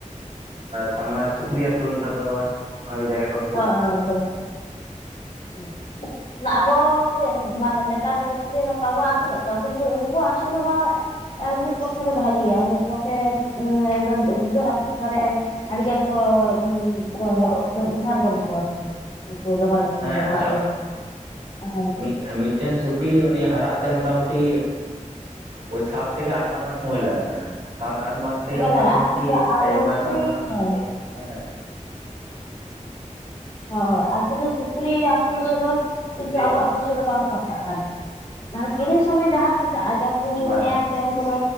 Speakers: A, on the right; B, on the left.
A: ᱛᱟᱨ ᱢᱟᱱᱮ ᱥᱩᱠᱨᱤ ᱟᱥᱩᱞ ᱱᱮᱛᱟᱨ ᱫᱚ ᱟᱵᱟᱨ ᱚᱱᱮᱠ ᱡᱟᱭᱜᱟ ᱠᱚ
B: ᱦᱳᱭ ᱦᱳᱭ ᱟᱵᱚᱜᱮ ᱢᱟᱱᱮ ᱱᱮᱛᱟᱨ ᱫᱚ ᱪᱤᱠᱷ ᱜᱟᱱ ᱵᱟᱵᱚ ᱟᱹᱥᱩᱞᱮᱫ ᱠᱚᱣᱟ ᱠᱤᱱᱛᱩ ᱩᱱᱠᱩ ᱟᱹᱥᱩᱞ ᱦᱚᱸ ᱟᱨ ᱢᱤᱫ ᱯᱚᱠᱷᱮ ᱫᱚ ᱵᱷᱟᱜᱤᱭᱟ ᱢᱤᱫ ᱯᱚᱠᱷᱮ ᱫᱚ ᱵᱤᱯᱚᱛ ᱟᱯᱚᱫ ᱠᱚᱨᱮ ᱟᱹᱰᱤ ᱜᱟᱱ ᱠᱚ <unintelligible> ᱥᱟᱨ ᱵᱟᱹᱱ ᱠᱚ ᱟᱨᱠᱤ ᱩᱱᱠᱩ ᱫᱚᱦᱚ ᱞᱮᱠᱷᱟᱱ
A: ᱦᱮᱸ
B: ᱫᱚ ᱚᱲᱟᱜ
A: ᱠᱟᱨᱚᱱ
B: ᱨᱮ ᱟᱨ
A: ᱢᱤᱫ ᱢᱤᱫᱴᱮᱱ ᱥᱩᱠᱤ ᱩᱱᱤ ᱦᱟᱨᱟᱜ ᱛᱮ ᱢᱚᱴᱟᱢᱩᱴᱤ ᱳᱭ ᱥᱟᱛ ᱛᱷᱮᱠᱮ ᱟᱴ ᱢᱟᱥ ᱥᱚᱢᱚᱭ ᱞᱟᱜᱟᱜ ᱠᱟᱱᱟ᱾ ᱥᱟᱛ ᱟᱴ ᱢᱟᱥ ᱛᱮᱜᱮ ᱢᱚᱴᱟᱢᱩᱴᱤ
B: ᱞᱟᱜᱟᱜᱼᱟ ᱠᱤᱱᱛᱩ ᱟᱵᱚ
A: ᱟᱭᱢᱟ
B: ᱥᱩᱠᱨᱤ
A: ᱛᱟᱱ ᱢᱚᱴᱟᱢᱩᱴᱤ
B: ᱦᱳᱭ
A: ᱦᱮᱸ
B: ᱦᱚᱭ ᱟᱨ ᱠᱤᱱᱛᱩ ᱥᱩᱠᱨᱤ ᱟᱥᱩᱞ ᱨᱮ ᱫᱚ
A: ᱥᱩᱠᱨᱤᱭᱟᱜ
B: ᱠᱤᱱᱛᱩ ᱟᱵᱚᱣᱟᱜ ᱯᱩᱭᱥᱟᱹ ᱫᱚ ᱵᱟᱝ ᱠᱷᱚᱨᱪᱟᱜ ᱠᱟᱱᱟ ᱢᱟᱱᱮ ᱠᱤᱨᱤᱧ ᱥᱚᱢᱚᱭ ᱡᱟᱦᱟᱸ ᱠᱷᱚᱨᱪᱟ ᱟᱸᱡᱚᱢ
A: ᱵᱟᱝ
B: ᱮᱢ ᱛᱮᱢ ᱠᱚᱫᱚ